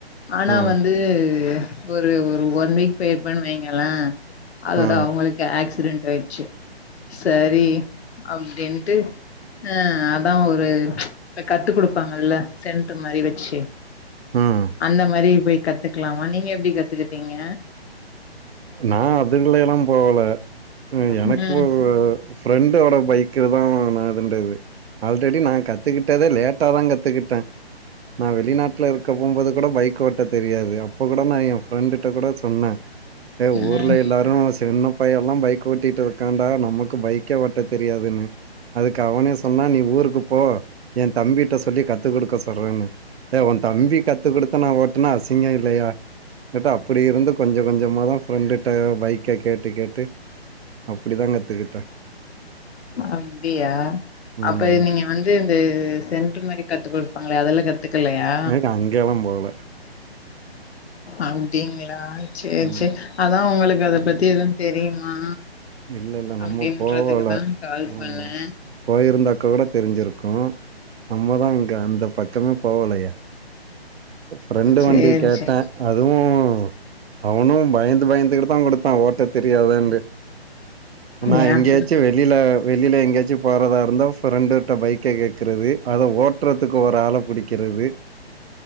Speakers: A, on the left; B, on the right.
A: ஆனா
B: ஆ
A: வந்து ஒரு ஒரு ஒன் வீக் போயிருப்பேன்னு வெங்கலே. அதோட
B: ஆ
A: அவுங்களுக்கு ஆக்சிடென்ட் ஆயிடுச்சி சரி அப்டின்ட்டு ஆ அதா ஒரு இப்ப கத்து குடுப்பாங்கல்ல சென்டர் மாரி வெச்சி
B: ம்
A: அந்த மாரி போயி கத்துக்கலாமா நீங்க எப்டி கத்துக்கிட்டீங்க.
B: நா அதுங்கல எல்லா போகல. எனக்கு
A: ம்
B: ஒரு ஃப்ரெண்டோட பைக் பைக்குலதா நடுந்தது. ஆல்ரெடி நா கத்துக்கிட்டதே லேட்டா தா கத்துக் கிட்ட நா வெளிநாட்ல இருக்க போம்போது கூட பைக் ஓட்ட தெரியாது. அப்ப கூடோ நா ஏயா ஃப்ரெண்டுட்ட கூடோ சொன்ன. ஏ ஊர்ல
A: ம்
B: எல்லாரு சின்ன பையல்லா பைக் ஓட்டிட்டு இருக்காண்டா நமக்கு பைக்கே ஓட்ட தெரியாதுன்னுன அதுக்கு அவனே சொன்னா நீ ஊருக்கு போ ஏ தம்பிட்ட சொல்லி கத்து குடுக்க சொல்றன்னு. டே ஊ தம்பி கத்து குடுத்து நா ஓட் னா அசிங்கோ இல்லையா கேட்டா அப்புடி இருந்து கொஞ்ச கொஞ்சமா தா ஃப்ரெண்டுட்ட பைக்க கேட்டு கேட்டு அப்டிதா கத்துக்கிட்ட.
A: அப்டியா
B: ம்
A: அப்ப நீங்க வந்து இந்த சென்டர் மாரி கத்து குடுப்பாங்ளே அதுல கத் கத்துகலையா
B: நேக்கு அங்கெல்லா போகல
A: அப்டிங்ளா சேர்
B: ம்
A: சேரி அதா உங்களுக்கு அத பத்தி எதும் தெரியுமா
B: இல்ல இல்ல நம்ம
A: அப்டின்றதுக்குதா
B: போவல
A: கால்
B: ம்
A: பண்ணே
B: போயிருந்தாக்க கூட தெருஞ்சிருக்கு. நம்மதா இங்க அந்த பக்கமே போவலயே. ஒ ஃப்ரெண்டு
A: சேரி
B: வண்டி கேட்ட
A: சேரி
B: அதுவு அவனு பயந்து பயந்துகிட்டு தா குடுத்தா ஓட்ட தெரியாதுன்டு நா
A: ஏ
B: எங்யாச்சு
A: ஃப்ரெ
B: வெ வெளில வெளில எங்யாச்சி போறதா இருந்தா ஃப்ரெண்டுட்ட பைக்க கேக்குறது அத ஓட் ஓட்றத்துக்கு ஒரு ஆள புடிக்கிறது